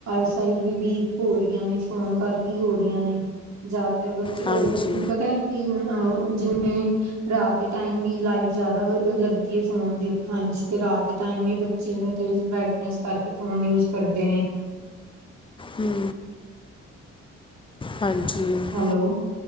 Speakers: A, on the right (about 60°); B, on the left (about 15°).
A: ਸਾਈਡ ਵੀ ਬੀ ਹੋਰੀਆਂ ਨੇ ਫੋਨ ਕਰਕੀ ਹੋਰ <unintelligible> ਨੇ ਜਾ ਪਰ ਬੱਚੇ
B: ਹਾਂਜੀ
A: ਓਰ ਪਤਾ ਐ ਕੀ ਜਿਵੇਂ ਰਾਤ ਦੇ ਟਾਈਮ ਵੀ ਲਾਈਟ ਜ਼ਿਆਦਾ ਲੱਗਦੀ ਹੈ ਫੋਨ ਦੀ ਅੱਖਾਂ ਇੰਚ ਤੇ ਰਾਤ ਦੇ ਟਾਈਮ ਵੀ ਬੱਚੇ ਨੂੰ ਤੇਰੀ ਬਾਈ ਇਸ ਕਰਕੇ ਫ਼ੋਨ ਯੂਜ ਕਰਦੇ ਨੇ।
B: ਹੂੰ ਹਾਂਜੀ
A: ਹੈਲੋ